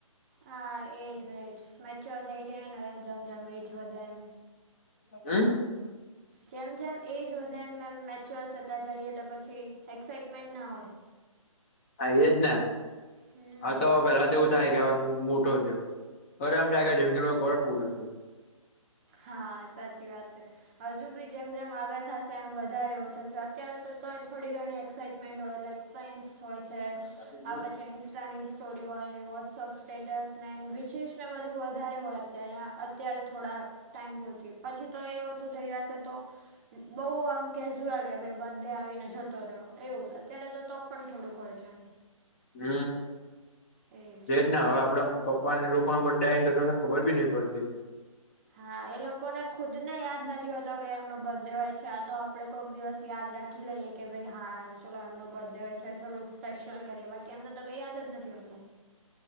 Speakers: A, on the right; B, on the left.
A: હા એજજ મેચ્યોર થઇ જાય ને જેમ જેમ એજ વધે એમ.
B: હમ
A: જેમ જેમ એ જ હોે એમ એમ મેચ્યુઅર થતાં જઈએ એટલે પછી એક્સાાઈટમેન્ટ ના હોય.
B: હા એજ ને
A: હમ
B: આ તો પેલા તો એવું થાય કે હવે હું મોટો થયો. અરે આમ
A: હા
B: જે જમ કો પું છું.
A: હા સાચી વાત છે હજુ બી જેમ જેમ આગળ થશે એમ વધારે. અત્યારે તો તો થોડી ઘણી એક્સાઈટમેન્ટ હોય લાઈક ફ્રેન્સ હોય. છે
B: તમે જાતે જુઓ
A: આ પછી ઇન્સ્ટાની સ્ટોરી હોય વોટ્સઅપ સ્ટેટસ નેન વિશિષ્ટ. એ બધું વધારે હોય અત્યારે અત્યારે થોડાક. ટાઈમ પૂરતી પછી તો એ ઓછું થઈ જશે તો. બઉુ આમ કેઝ્યુઅલ કે ભાઈ બધે આવીને જતો રહ્યો એવું જ અત્યારે તો તો પણ થોડુંક હોય છે.
B: હમ
A: એજ
B: એ જ હવે આપડે. પપ્પાને લોકો પણ બેને તો ખબર બી નહી પડતી.
A: હા એ લોકોને ખુદ ને યાદ નથી હોતો કે એમનો બર્ડે હોય છે આ તો આપડે કોઈક દિવસ યાદ રાખી લઈએ. કે ભાઈ હા ચલો એમનો બર્થડે હોય છે થોડુંક સ્પેશિયલ કરીએ બાકી એમનું તો કઈ યાદ જ નથી હોતો.